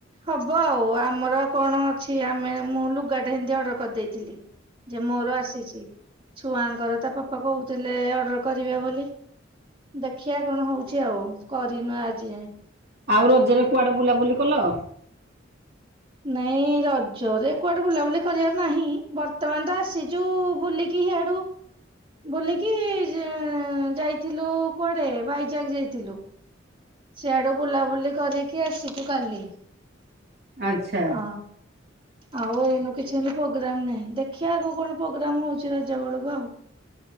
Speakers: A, on the right; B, on the right.
A: ହବ ଆଉ ଆମର କଣ ଅଛି ଆମେ ମୁଁ ଲୁଗାଟେ ଏମତି ଅର୍ଡର କରିଦେଇଥିଲି ଯେ ମୋର ଆସିଛି। ଛୁଆଙ୍କର ତା ପାପା କହୁଥିଲେ ଅର୍ଡର କରିବେ ବୋଲି ଦେଖିବା କଣ ହଉଛି ଆଉ କରିନୁ ଆଜି ଯାଏଁ
B: ଆଉ ରଜରେ କୁଆଡ଼େ ବୁଲାବୁଲି କଲ?
A: ନାଇଁ ରଜରେ କୁଆଡେ ବୁଲାବୁଲି କରିବାର ନାହିଁ। ବର୍ତ୍ତମାନ ତ ଆସିଛୁ ବୁଲିକି କି ହେ ଆଡୁ ବୋଲିକି ଯାଇଥିଲୁ କୁଆଡେ ବାଇଜାଗ ଯାଇଥିଲୁ। ସିଆଡୁ ବୁଲାବୁଲି କରିକି ଆସିଛୁ କାଲି।
B: ଆଚ୍ଛା
A: ଅ ଆଉ ଏଇନୁ କିଛି ଏମତି ପ୍ରୋଗ୍ରାମ ନାହିଁ। ଦେଖିବା ଆଗକୁ କଣ ପ୍ରୋଗ୍ରାମ ହଉଛି ରାଜ ବେଳକୁ ଆଉ। <unintelligible>